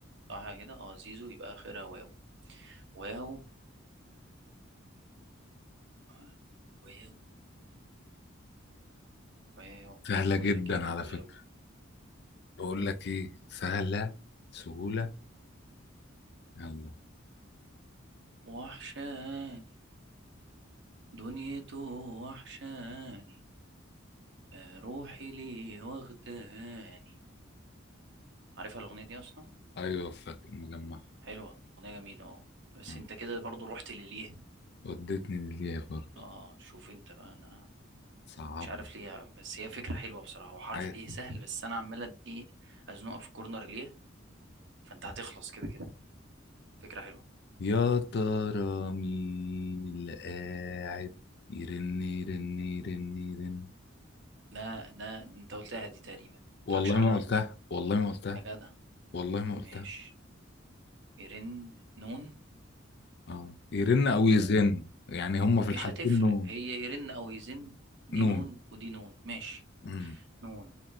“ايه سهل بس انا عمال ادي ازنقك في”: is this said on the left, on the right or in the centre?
Right